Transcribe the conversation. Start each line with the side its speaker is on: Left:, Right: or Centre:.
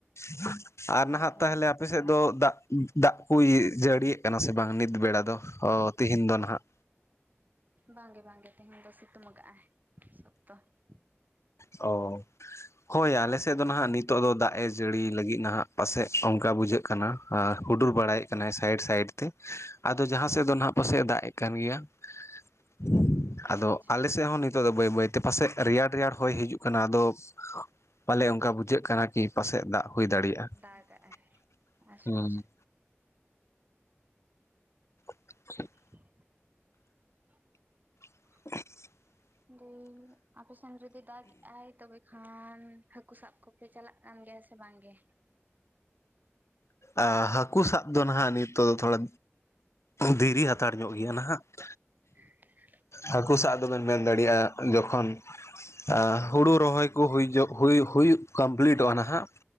Left: ᱾ ᱟᱨ
Right: ᱦᱳᱭ
Left: ᱱᱟᱦᱟᱜ
Right: ᱦᱳᱭ
Left: ᱛᱟᱦᱚᱞᱮ ᱟᱯᱮ ᱥᱮᱫ ᱫᱚ ᱫᱟᱜ ᱫᱟᱜ ᱠᱩᱭ ᱡᱟᱹᱲᱤᱭᱮᱫ ᱠᱟᱱᱟ ᱥᱮ ᱵᱟᱝ ᱱᱤᱛ ᱵᱮᱲᱟ ᱫᱚ ᱚ ᱛᱮᱦᱮᱧ ᱫᱚ ᱱᱟᱦᱟᱜ?
Right: ᱵᱟᱝᱜᱮ ᱵᱟᱝᱜᱮ ᱛᱮᱦᱮᱧ ᱫᱚ ᱥᱤᱛᱩᱢ ᱟᱠᱟᱜᱼᱟᱭ ᱥᱚᱠᱛᱚ ᱾
Left: ᱚ ᱾ <inaudible> ᱦᱳᱭ ᱟᱞᱮ ᱥᱮᱫ
Right: ᱦᱳᱭ
Left: ᱫᱚ ᱱᱟᱦᱟᱜ ᱱᱤᱛ ᱱᱤᱛᱚᱜ ᱫᱚ ᱫᱟᱜ ᱮ ᱡᱟᱹᱲᱤ ᱞᱟᱹᱜᱤᱫ ᱱᱟᱦᱟᱜ ᱯᱟᱥᱮᱡ ᱚᱱᱠᱟ ᱵᱩᱡᱷᱟᱹᱜ ᱠᱟᱱᱟ ᱾ ᱟ ᱦᱩᱰᱩᱨ ᱵᱟᱲᱟᱭᱮᱫ ᱠᱟᱱᱟᱭ ᱥᱟᱭᱤᱰ ᱥᱟᱭᱤᱰ ᱛᱮ ᱾ ᱟᱫᱚ ᱡᱟᱦᱟᱸ ᱥᱮᱫ ᱫᱚ ᱱᱟᱦᱟᱜ ᱯᱟᱥᱮᱡ ᱮ ᱫᱟᱜ ᱮᱫ ᱠᱟᱱ ᱜᱮᱭᱟ ᱾ <inaudible>
Right: ᱟᱪᱪᱷᱟ
Left: ᱟᱫᱚ
Right: ᱟᱪᱪᱷᱟ
Left: ᱟᱞᱮ ᱥᱮᱫ ᱦᱚᱸ ᱱᱤᱛᱚᱜ ᱫᱚ ᱵᱟᱹᱭ ᱵᱟᱹᱭᱛᱮ ᱯᱟᱥᱮᱡ ᱨᱮᱭᱟᱲ ᱨᱮᱭᱟᱲ ᱦᱚᱭ ᱦᱤᱡᱩᱜ ᱠᱟᱱᱟ ᱾ ᱟᱫᱚ ᱯᱟᱞᱮ ᱚᱱᱠᱟ ᱵᱩᱡᱷᱟᱹᱜ ᱠᱟᱱᱟ ᱠᱤ ᱯᱟᱥᱮᱫ ᱫᱟᱜ ᱦᱩᱭ ᱫᱟᱲᱮᱭᱟᱜ-ᱟ ᱾
Right: ᱫᱟᱜᱟᱜᱼᱟᱭ
Left: <inaudible>
Right: ᱟᱪᱪᱷᱟ
Left: ᱦᱩᱸ
Right: ᱟᱪᱪᱷᱟ
Left: ᱾ <inaudible>
Right: <inaudible>
Left: <inaudible>
Right: ᱫᱤᱭᱮ ᱟᱯᱮ ᱥᱮᱱ ᱡᱩᱫᱤ ᱫᱟᱜᱽ ᱮᱫ ᱟᱭ ᱛᱚᱵᱮ ᱠᱷᱟᱱ ᱦᱟᱹᱠᱩ ᱥᱟᱵ ᱠᱚᱯᱮ ᱪᱟᱞᱟᱜ ᱠᱟᱱ ᱜᱮᱭᱟ ᱥᱮ ᱵᱟᱝ ᱜᱮ?
Left: ᱟ ᱦᱟᱹᱠᱩ ᱥᱟᱵ ᱫᱚ ᱱᱟᱦᱟᱜ ᱱᱤᱛᱚᱜ ᱫᱚ ᱛᱷᱚᱲᱟ ᱫᱮᱨᱤ ᱦᱟᱛᱟᱲ ᱧᱚᱜ ᱜᱮᱭᱟ ᱱᱟᱦᱟᱜ ᱾ <inaudible>
Right: <inaudible>
Left: ᱦᱟᱹᱠᱩ ᱥᱟᱵ ᱫᱚᱵᱮᱱ ᱢᱮᱱ ᱫᱟᱲᱮᱭᱟᱜ-ᱟ ᱡᱚᱠᱷᱚᱱ ᱟ ᱦᱩᱲᱩ ᱨᱚᱦᱚᱭ ᱠᱚ ᱦᱩᱭ ᱧᱚᱜ ᱦᱩᱭ ᱦᱩᱭᱩᱜ ᱠᱟᱢᱯᱤᱞᱤᱴᱚᱜ-ᱟ ᱱᱟᱦᱟᱜ